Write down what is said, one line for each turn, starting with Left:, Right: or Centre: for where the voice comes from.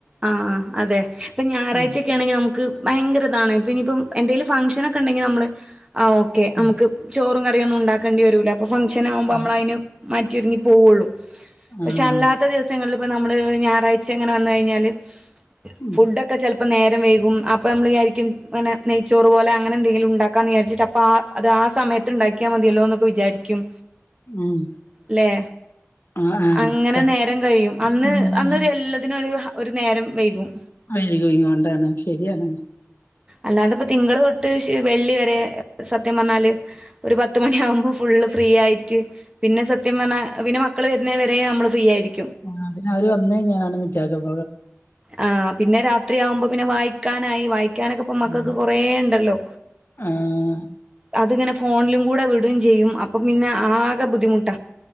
Right: ആ അ അതെ പ്പം ഞായറായ്ച്ചെക്കെ
Left: ഉം
Right: ആണെങ്കിൽ നമ്ക്ക് ഭയങ്കര ഇതാണ് പിന്നെ ഇപ്പം എന്തേലും ഫംഗഷനാെക്കെ ഇണ്ടെങ്കി നമ്മള് ആ ഓക്കെ
Left: ഉം
Right: നമുക്ക് ചോറും ക റിയൊന്നും ഉണ്ടാക്കേണ്ടി വരൂല ഇപ്പ ഫംഗ്ഷനവുമ്പോ
Left: ആഹ്
Right: മ്മള് അയ്ന് മാറ്റിഒരുങ്ങി പോവുള്ളു പക്ഷെ
Left: ആഹ്
Right: അല്ലാത്ത ദിവസങ്ങൾല് ഇപ്പ നമ്മള് ഞായാഴ്ച്ചങ്ങനെ വന്ന് കയ്ഞ്ഞാല്
Left: ഉം
Right: ഫുഡ്‌ ഓകെ ചെലപ്പോ അപ്പം നേരം വേകും അപ്പം നമ്മൾ വിചാരിക്കുംങ്ങനെ നെയ്ച്ചോറ് പോലെ അങ്ങനെ എന്തെങ്കിലും ഉണ്ടാക്കാന്ന് വിചരിച്ചിട്ട് അപ്പ ആഹ് അത് ആഹ് സമയത്ത് ഉണ്ടാക്കിയാൽ മതിയല്ലോ എന്നൊക്കെ വിചാരിക്കും
Left: ഉം
Right: ല്ലെ
Left: ആഹ് ആഹ്
Right: അങ്ങനെ നേരം കഴിയും അന്ന്
Left: അങ്ങനെ
Right: അന്നൊരു എല്ലാത്തിനും ഒരു ഒരു നേരം വൈകും
Left: അഴുകൂകൊണ്ടാണ് ശരിയാണ്
Right: അല്ലാതെ ഇപ്പോ തിങ്ങള് തൊട്ട് വെള്ളി വരെ സത്യം പറഞ്ഞാല് ഒരു പത്ത് മണിയാവുമ്പോ ഫുള് ഫ്രീ ആയിട്ട് പിന്നെ സത്യം പറഞ്ഞാൽ പിന്നെ മക്കള് വരുന്ന വരെ നമ്മള് ഫ്രീ ആയിരിക്കും
Left: ആഹ് പിന്നെ അവര് വന്ന് കഴിഞ്ഞാനാണ് <unintelligible>
Right: ആഹ് പിന്നെ രാത്രി ആവുമ്പോ പിന്നെ വായിക്കാനായി ക്കാനൊക്കെപ്പോ മക്കൾക്ക്
Left: ഉം
Right: കൊറേ ഉണ്ടല്ലോ
Left: ആഹ്
Right: അതിങ്ങന്നെ ഫോണിലുംകൂടെ വി ടെയും ചെയ്യും അപ്പൊ പിന്നെ ആഹ് നല്ല ബുദ്ധിമുട്ട